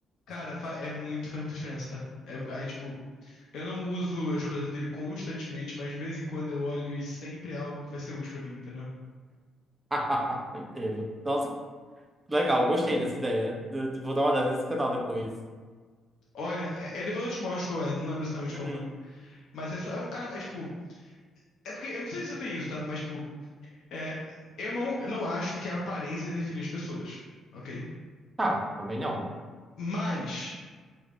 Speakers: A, on the left (about 65°); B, on the right (about 20°).
A: Cara, fa- é muito, faz muita diferença, tá? É, aí, tipo, eu não uso as coisas dele constantemente, mas de vez em quando eu olho e sempre é algo que vai ser útil pra mim, entendeu?
B: <laughs> Entendo. Nossa, legal. Gostei dessa ideia. Eu- eu Vou dar uma olhada nesse canal depois.
A: Olha, é, é- depois eu te mostro qual é, não lembro exatamente
B: Uhum.
A: qual é o nome. Mas é só, é um cara, é tipo, é porque, eu não sei se você tem isso, tá? Mas, tipo, é, eu não, eu não acho que a aparência define as pessoas, ok?
B: Tá, também não.
A: Mas